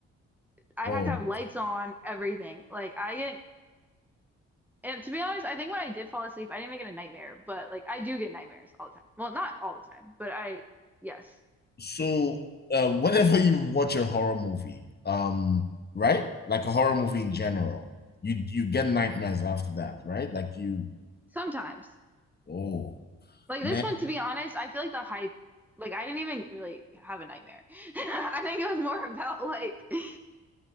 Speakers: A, in the centre; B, on the left.
A: I
B: Whoa.
A: had to have lights on, everything. Like I get And to be honest, I think when I did fall asleep, I didn't even get a nightmare, but like I do get nightmares all the time. Well, not all the time, but I, yes,
B: So, um, whenever you watch a horror movie, um, right? Like a horror movie in general, you you get nightmares after that, right? Like you,
A: sometimes.
B: oh
A: Like
B: man,
A: this one, to be honest, I feel like the hype, like I didn't even really have a nightmare. <laughs> I think it was more about like <laughs> the